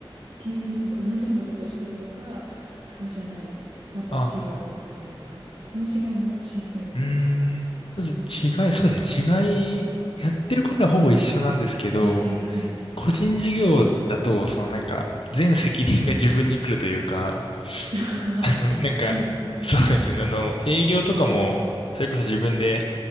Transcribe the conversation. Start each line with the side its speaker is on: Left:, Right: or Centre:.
Right: 気になります。同じようなことをしてるのか、そうじゃない、また違うというか、
Left: あ、
Right: そこの違いも知りたいです。
Left: うーん。まず違い、<laughs> そうですね。違い、やってることはほぼ一緒なんですけど、
Right: はいはいはい。
Left: 個人事業だと、そのなんか、全責任が自分に来るというか、
Right: <laughs>
Left: あの、なんか、
Right: そうですね。
Left: そうですね。あの、営業とかも、それこそ自分で、